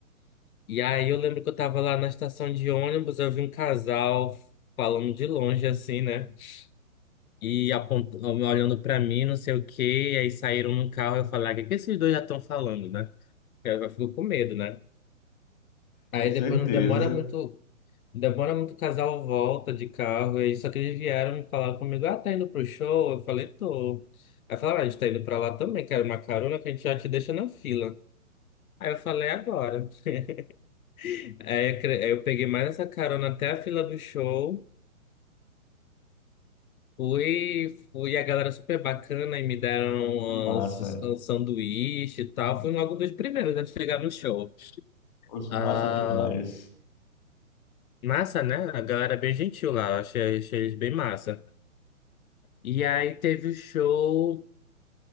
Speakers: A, on the left; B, on the left.
A: E aí eu lembro que eu tava lá na estação de ônibus, eu vi um casal falando de longe assim, né? e apontou, olhando pra mim, não sei o quê, e aí saíram num carro, eu falei, ah, o que que esses dois já estão falando, né? Eu, eu fico com medo, né? Aí
B: Com certeza.
A: depois não demora muito, demora muito, o casal volta de carro, e aí só que eles vieram me falar comigo, ah, tá indo pro show? Eu falei, tô. Aí falaram, ah, a gente tá indo pra lá também, quero uma carona que a gente já te deixa na fila. Aí eu falei, "É agora. <laughs> Aí eu, cre- aí eu peguei mais essa carona até a fila do show. Fui, fui, a galera super bacana e me deram
B: Que massa.
A: uns, um sanduíche e tal. Fui logo dos primeiros a chegar no show.
B: Poxa,
A: Ah,
B: massa demais.
A: massa, né? A galera é bem gentil lá, eu achei, achei eles bem massa. E aí teve o show,